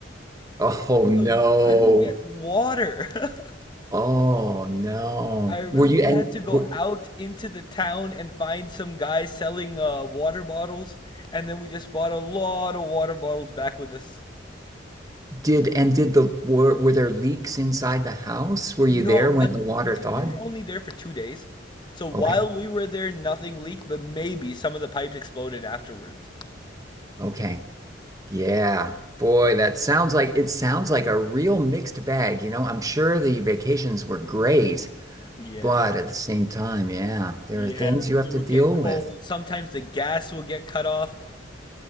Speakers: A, on the right; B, on the left.
A: Oh no.
B: So you couldn't get water. <laughs>
A: Oh no.
B: I remember
A: Were you
B: we
A: and
B: had to go
A: were,
B: out into the town and find some guy selling uh, water bottles, and then we just bought a lot of water bottles back with us.
A: did and did the were were there leaks inside the house? Were
B: No,
A: you there when
B: un
A: the water
B: because
A: thawed?
B: we were only there for two days. So while
A: Okay.
B: we were there, nothing leaked, but maybe some of the pipes exploded afterwards.
A: Okay. Yeah. Boy, that sounds like it sounds like a real mixed bag, you know? I'm sure the vacations were great.
B: Yeah.
A: But at the same time, yeah, there
B: Yeah,
A: are things you have
B: it
A: to
B: will
A: deal
B: get cold.
A: with.
B: Sometimes the gas will get cut off.